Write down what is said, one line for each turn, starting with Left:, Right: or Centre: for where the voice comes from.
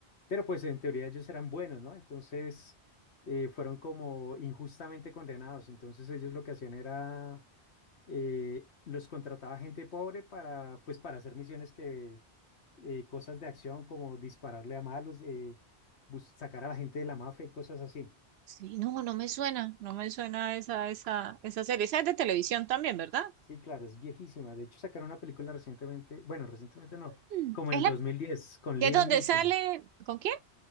Left: Pero pues en teoría ellos eran buenos, ¿no? Entonces eh, fueron como injustamente condenados. Entonces ellos lo que hacían era, eh, los contrataba gente pobre para, pues para hacer misiones que, eh, cosas de acción como dispararle a malos, eh, bus- sacar a la gente de la mafia y cosas así.
Right: sí, no, no me suena. No me suena esa, esa, esa serie. Esa es de televisión también, ¿verdad?
Left: Sí, claro, es viejísima. De hecho, sacaron una película recientemente, bueno, recientemente no,
Right: Mm,
Left: como
Right: es
Left: el
Right: la
Left: 2010, con
Right: que
Left: Liam
Right: es donde
Left: Neeson.
Right: sale. ¿Con quién?